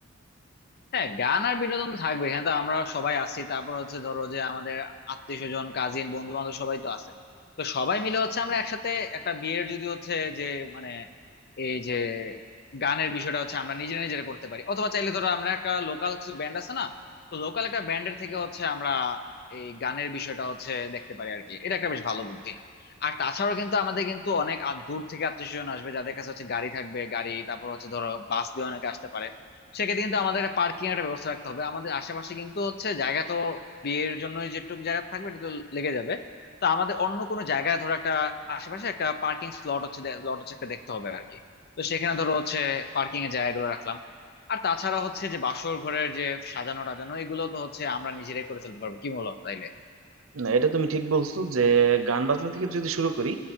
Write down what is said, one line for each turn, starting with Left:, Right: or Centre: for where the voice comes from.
Left: হ্যাঁ গান আর বিনোদন তো থাকবে এখানে তো আমরা সবাই আছি তারপর হচ্ছে ধরো যে আমাদের আত্মীয় স্বজন কাজিন বন্ধু বান্ধব সবাই তো আছে তো সবাই মিলে হচ্ছে আমরা একসাথে একটা বিয়ের যদি হচ্ছে যে মানে এই যে গানের বিষয়টা হচ্ছে আমরা নিজেরা নিজেরা করতে পারি অথবা চাইলে ধরো আমরা একটা লোকাল কিছু ব্যান্ড আছে না তো লোকাল একটা ব্যান্ডের থেকে হচ্ছে আমরা এই গানের বিষয়টা হচ্ছে দেখতে পারি আর কি এটা একটা বেশ ভালো বুদ্ধি আর তাছাড়াও কিন্তু আমাদের কিন্তু অনেক আ- দূর থেকে আত্মীয় স্বজন আসবে যাদের কাছে হচ্ছে গাড়ি থাকবে গাড়ি তারপর হচ্ছে ধরো বাস দিয়ে অনেকে আসতে পারে সেক্ষেত্রে কিন্তু আমাদের একটা পার্কিং এর একটা ব্যবস্থা রাখতে হবে আমাদের আশেপাশে কিন্তু হচ্ছে জায়গা তো বিয়ের জন্য যেটুকু জায়গা থাকবে এটা তো লেগে যাবে তা আমাদের অন্য কোনো জায়গায় ধরো একটা আশেপাশে একটা পার্কিং স্লট হচ্ছে লট হচ্ছে একটা দেখতে হবে আর কি তো সেখানে ধরো হচ্ছে পার্কিং এর জায়গাগুলো রাখলাম আর তাছাড়া হচ্ছে যে বাসর ঘরের যে সাজানো টাজানো এগুলো তো হচ্ছে আমরা নিজেরাই করে ফেলতে পারবো কি বলো তাইলে
Right: না এটা তুমি ঠিক বলছো যে গান বাজনা থেকে যদি শুরু করি